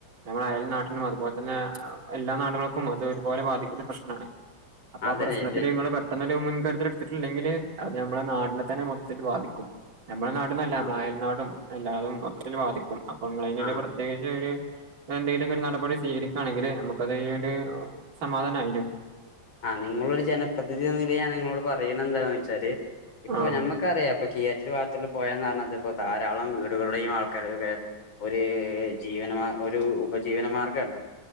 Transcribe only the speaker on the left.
അതന്നെ
ആ
ആ
ആഹ് നിങ്ങളൊരു ജനപ്രധിനിതി എന്ന നിലയിൽ ഞാൻ നിങ്ങളോട് പറയണ എന്താന്ന് വെച്ചാല് ഇപ്പൊ
ഞമ്മക്ക് അറിയാ ഇപ്പൊ കീയാറ്റൂർ ഭാഗ ഇച്ചൊക്കെ പൊയാന്ന് പറഞ്ഞാത് ഇപ്പോ ധാരാളം വീടുകളുടെയും ആൾക്കാരൊക്കെ ഒരേ ജീവന ഒരു ഉപജീവനമാർഗാണ്.